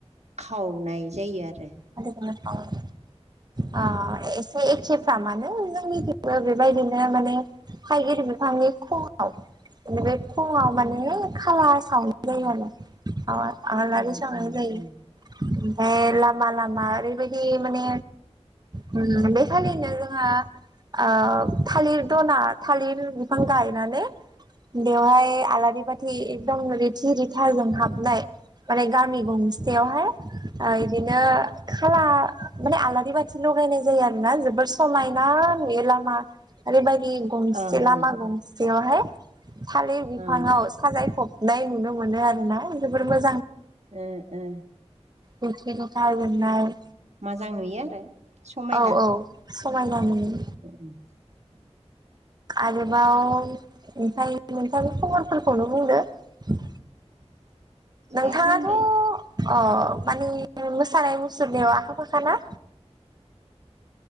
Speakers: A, on the right (about 80°); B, on the right (about 40°).
A: खावनाय जायो आरो ।
B: <unintelligible> ओ एसे एखेफ्राम आनो जोंनिथिंबो बेबायदिनो माने थायगिर बिफांनि खुमाव नैबे फुङाव
A: उम
B: माने
A: उम
B: खाला सावनाय जायो
A: उम
B: आरो आलारि
A: उम
B: सावनाय
A: उम
B: जायो
A: उम
B: । आमफाय लामा लामा आरैबाय दि माने बे उम खालिनो जोंहा ओ थालिर दना थालिर बिफां गायनानै बेवहाय आलारि बाथि एकदम रिथि रिथा जों हाबनाय माने गामि गंसेसेयावहा यओ इदिनो खाला माने आलादा ओरैबाथि लगायनाय जायो आरोना जोबोर समायना नुयो लामा ओरैबायादि । लि गंसे
A: ओं
B: लामा
A: ओं
B: गंसेयावहाय थालिर बिफाङाव
A: ओं
B: साजायफब नाय नुनो मोनो आरोना जोबोर मोज
A: ओ ओ
B: जोंथि जोंथा जोंनाय
A: मोजां नुयो आरो समायना
B: औ
A: ।
B: औ समायना मोनो ।
A: <inaudible>
B: आरोबाव ओमफायाय नोंथांनि खबरफोरखौनो बुंदो ।
A: <inaudible>
B: नोंथाङाथ'
A: दासान्दि
B: अ मानि मोसानाय मुसुरनायाव आखा फाखा ना?